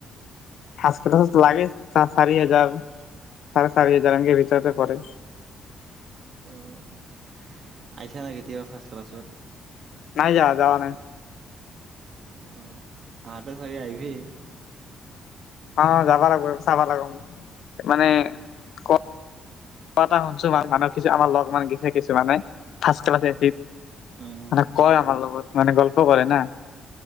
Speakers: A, on the left (about 70°); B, on the right (about 60°).
A: ফাৰ্ষ্ট ক্লাছত লাগে চাৰি হাজাৰ চাৰে চাৰি হাজাৰ এনেকে ভিতৰতে পৰে।
B: অ' আহিছা না কেতিয়াবা ফাৰ্ষ্ট ক্লাছত।
A: নাই যাৱা যাৱা নাই ।
B: অ আহাতে চাগে আইভি।
A: অ' যাবা লাগাব চাবা লাগোম মানে ক । মই এটা শুনছো ম মানুহ কিছু আমাৰ লগ মাখান গেইছে কিছু মানে ফাৰ্ষ্ট ক্লাচে এত্ত।
B: উম
A: মানে কয় আমাৰ লগত। মানে গল্প পৰহেনা ।